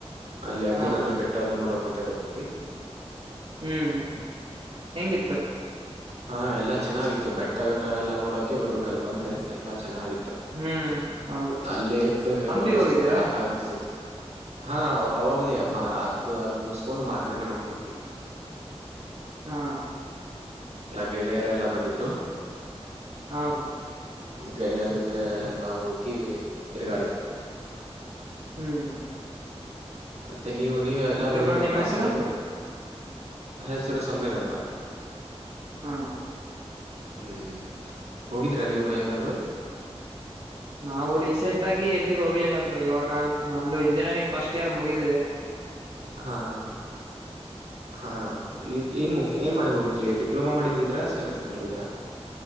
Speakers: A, on the right; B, on the right.
A: ಅಲ್ಲಿ ಅಂಜಿನದ್ರ
B: ಹಾ ಬ್ರೋ
A: ಬಿಟ್ಟ ಅದು ನೋಡೋ ಕೊಂತ ಬಂದಿದ್ವಿ
B: ಹ್ಮ್ ಹೆಂಗಿತ್ತು
A: ಹಾ ಎಲ್ಲಾ ಚೆನ್ನಾಗಿತ್ತು ಬೆಟ್ಟ ಘಟ್ಟ ಎಲ್ಲ ನೋಡೋಕೆ ಬರ್ಬೇಕ ಅಲ್ಲಿ ಬಂದ್ರೆ ಎಲ್ಲಾ ಚೆನ್ನಾಗಿತ್ತು
B: ಹ್ಮ್ ಹೌದು
A: ಅಲ್ಲೇ ಇರ್ಬೇಕ
B: ಹಂಪಿಗ್
A: ಅನಸ್ತತೆ
B: ಹೋಗಿದ್ದೀರಾ
A: ಹಾಗ ಅನ್ತೇತಿ <unintelligible> ಹಾ ಅವಾಗ್ಲ ಅದ್ ಅದ್ ಮುಗಿಸಕೊಂಡು ಮಾರ್ನೆ ದಿನ ಹೋಗಿದ್ವಿ
B: ಹಾ
A: ಎಲ್ಲ ಗೆಳೆಯರೆಲ್ಲ ಬಂದಿದ್ರು
B: ಹಾ ಬ್ರೋ
A: ಗೆಳೆಯರ ಜೊತೆರೆ ಎಲ್ಲಾ ಹೋಗಿ ತಿರುಗಾಡಿದ್ವಿ
B: ಹ್ಮ್
A: ಮ ನೀವು ನೀವ ಎಲ್ಲಾದ್ರೂ
B: ಮತ್ತೆ
A: ಹೋಗಿದೀರಾ
B: ಬ್ರೋ ನಿಮ್
A: ಪ್ರವಾಸಕ್ಕದ್ದು
B: ಹೆಸರು
A: ಹೆಸರು ಸಮಿತ್ ಅಂತ
B: ಹಾ
A: ಹ್ಮ್ ಹೋಗಿದೀರಾ ನೀವು ಎಲ್ಲಾದ್ರೂ
B: ನಾವು ರೀಸೆಂಟ್ ಆಗಿ ಎಲ್ಲಿಗೆ ಹೋಗ್ಲಿಲ್ಲರು ಬ್ರೋ ಇವಾಗ ನಂದು ಇಂಜಿನಿಯರಿಂಗ್ ಫಸ್ಟ್ ಇಯರ್ ಮುಗಿತು
A: ಹಾ ಹ ಹಾ ಹ ಏನ್ ಮುಗ ಏನ್ ಮಾಡಿ ಹೋಗಿದ್ದ ಪ್ಲೋಮಾ ಮಾಡಿ ಹೋಗಿದೀರಾ ಸೈನ್ಸ್ ಮೇಲೆ ಹೋಗಿದೀರಾ